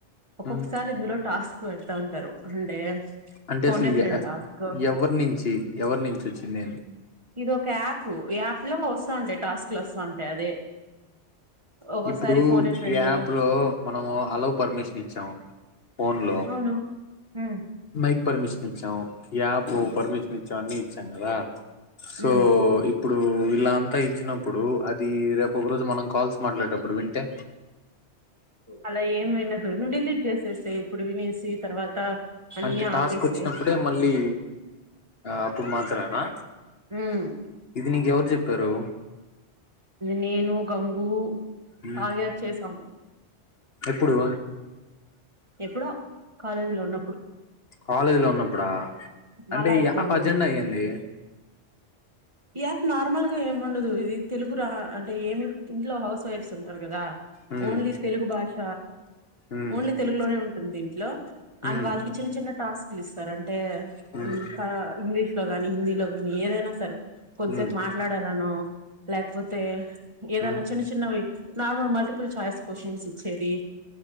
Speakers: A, on the right; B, on the left.
A: ఒక్కొక్కసారి
B: ఉమ్,
A: ఇందులో టాస్క్ పెడతా ఉంటారు అంటే
B: అంటే
A: ఫోనే
B: అసలు
A: ఫ్రెండ్
B: ఎ
A: టాస్క్
B: ఎవరి నుంచి ఎవరి నుంచి వచ్చింది
A: ఇది ఒక యాప్ ఈ యాప్ లో వస్తా ఉంటా టాస్క్ లో వస్తా ఉంటాయి అదే ఒక్కోసారి
B: ఇప్పుడు
A: ఫోనే ఫ్రెండ్
B: ఈ యాప్ లో మనము హలో పర్మిషన్ ఇచ్చాము ఫోన్ లో
A: అవును ఉమ్
B: మైక్ పర్మిషన్ ఇచ్చాం యాప్ పర్మిషన్ ఇచ్చాం అన్నీ ఇచ్చాం కదా సో
A: ఉమ్
B: ఇప్పుడు ఇలా అంతా ఇచ్చినప్పుడు అది రేపు ఒక రోజు మనం కాల్స్ మాట్లాడేటప్పుడు వింటే
A: అలా ఏం విన్నదు నుడిల్ చేసేస్ ఇప్పుడు వినేసి తర్వాత అన్ని
B: అంటే టాస్క్
A: ఆపేసేయ్
B: వచ్చినప్పుడే మళ్ళీ అప్పుడు మాత్రమేనా
A: ఉమ్
B: ఇది నీకెవరు చెప్పారు
A: నేను గంగు
B: మ్మ్
A: అయా చ్చేసాం
B: ఎప్పుడు
A: ఎప్పుడో కాలేజీ లో ఉన్నప్పుడు
B: కాలేజీలో ఉన్నప్పుడా అంటే
A: మళ్ళా
B: ఇ
A: ఇప్పుడు
B: యాప్ అర్జెంట్ అయ్యింది
A: ఈ యాప్ నార్మల్గా ఏం ఉండదు ఇది తెలుగు రా అంటే ఏమి ఇంట్లో హౌస్ వైఫ్స్ ఉంటారు కదా
B: మ్మ్
A: ఓన్లీ తెలుగు భాష
B: మ్మ్
A: ఓన్లీ తెలుగులోనే ఉంటుంది దీంట్లో అండ్
B: మ్మ్
A: వాళ్ళకి చిన్న చిన్న టాస్క్ లు ఇస్తారు అంటే
B: మ్మ్
A: ఇంకా ఇంగ్లీష్ లో గాని హిందీలో గాని ఏదైనా సరే కొంతసేపు
B: మ్మ్
A: మాట్లాడాలను లేకపోతే ఏదన్నా
B: మ్మ్
A: చిన్న చిన్న వి నార్మల్ మల్టిపుల్ చాయిస్ క్యషన్స్ ఇచ్చేది